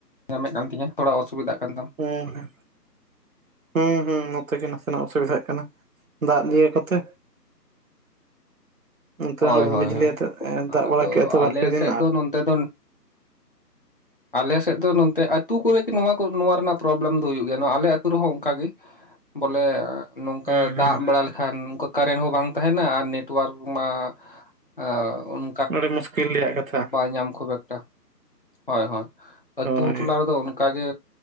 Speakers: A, on the left; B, on the right.
A: ᱧᱟᱢᱮᱫ ᱠᱟᱱ ᱛᱤᱧᱟᱹ ᱛᱷᱚᱲᱟ ᱚᱥᱩᱵᱤᱫᱷᱟᱜ ᱠᱟᱱ ᱛᱟᱢ
B: ᱦᱮᱸ <unintelligible> ᱦᱚᱸ ᱦᱚᱸ ᱱᱚᱛᱮ ᱜᱮ ᱱᱟᱥᱮᱱᱟᱜ ᱚᱥᱩᱵᱤᱫᱷᱟᱜ ᱠᱟᱱᱟ ᱫᱟᱜ ᱫᱤᱭᱮ ᱠᱚᱛᱮ
A: <unintelligible>
B: ᱱᱚᱛᱮ
A: ᱦᱚᱭ
B: ᱦᱩᱰᱩᱨ
A: ᱦᱚᱭ
B: ᱵᱤᱡᱽᱞᱤ
A: ᱦᱚᱭ᱾
B: ᱟᱛᱮᱫ ᱫᱟᱜ
A: ᱟᱫᱚ
B: ᱵᱟᱲᱟ ᱠᱮᱫᱼᱟ ᱛᱚ
A: ᱟᱞᱮ
B: ᱵᱟᱨ ᱯᱮ
A: ᱥᱮᱫ
B: ᱫᱤᱱ
A: ᱫᱚ
B: ᱟᱨ
A: ᱱᱚᱱᱛᱮ ᱫᱚ ᱟᱞᱮ ᱥᱮᱫ ᱫᱚ ᱱᱚᱱᱛᱮ ᱟᱹᱛᱩ ᱠᱚᱨᱮᱜᱮ ᱱᱚᱣᱟ ᱠᱚ ᱱᱚᱣᱟ ᱨᱮᱱᱟᱜ ᱯᱨᱚᱵᱞᱮᱢ ᱫᱚ ᱦᱩᱭᱩᱜ ᱜᱮᱭᱟ ᱟᱞᱮ ᱟᱹᱛᱩ ᱨᱮᱦᱚᱸ ᱚᱱᱠᱟᱜᱮ᱾ ᱵᱚᱞᱮ ᱱᱚᱝᱠᱟ
B: ᱦᱩᱸ
A: ᱫᱟᱜ
B: ᱦᱩᱸ
A: ᱵᱟᱲᱟ ᱞᱮᱠᱷᱟᱱ ᱱᱚᱝᱠᱟ ᱠᱟᱨᱮᱱ ᱦᱚᱸ ᱵᱟᱝ ᱛᱟᱦᱮᱱᱟ ᱟᱨ ᱱᱮᱴᱚᱣᱟᱨᱠ ᱢᱟ ᱼᱼ ᱟᱻ ᱩᱱᱼᱼ
B: ᱟᱹᱰᱤ ᱢᱩᱥᱠᱤᱞ ᱨᱮᱭᱟᱜ ᱠᱟᱛᱷᱟ ᱾
A: ᱧᱟᱢ ᱠᱷᱩᱵᱽ ᱮᱠᱴᱟ ᱦᱚᱭ ᱦᱚᱭ ᱟᱹᱛᱩ
B: ᱦᱳᱭ
A: ᱴᱚᱞᱟ ᱨᱮᱫᱚ ᱚᱱᱼᱼ ᱠᱟ ᱜᱮ